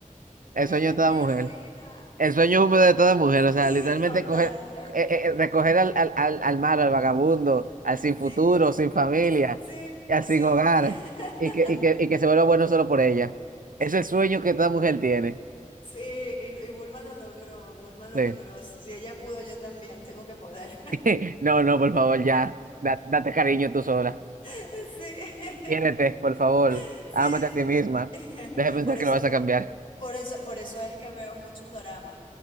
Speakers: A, on the right; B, on the left.
A: El sueño
B: es
A: de toda
B: mi heroína.
A: mujer. El sueño húmedo de toda mujer. O sea,
B: Sí,
A: literalmente
B: totalmente.
A: coger, eh, eh, eh, recoger al, al, al, al malo, al vagabundo, al sin
B: Sí,
A: futuro, sin familia,
B: es, sí,
A: al
B: sí,
A: sin hogar,
B: <laughs>
A: y que, y que, y que se vuelva bueno solo por ella. Es el
B: sí,
A: sueño que toda mujer tiene.
B: sí. Y, y Bulma lo logró, Bulma lo
A: Sí.
B: logró. Si ella pudo, yo también tengo que poder.
A: <laughs> No, no, por favor, ya. Da- Date cariño tú sola.
B: <laughs> Sí,
A: Quiérete, por favor.
B: <laughs> sí,
A: Ámate a
B: sí.
A: ti misma.
B: <laughs>
A: Deja de pensar
B: Por eso,
A: que lo vas a cambiar.
B: por eso, por eso es que veo muchos doramas.